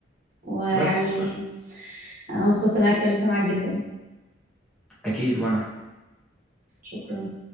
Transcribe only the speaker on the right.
ويعني
أنا انبسطت إن أنا اتكلمت معاك جدا
شكرا